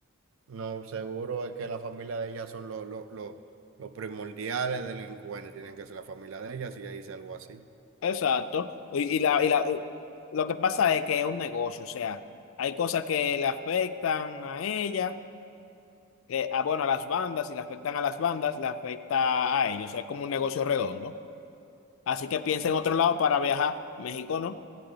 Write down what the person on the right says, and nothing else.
No, seguro es que la familia de ella son los los los- los primordiales delincuentes, tienen que ser la familia de ella si ella hice algo así.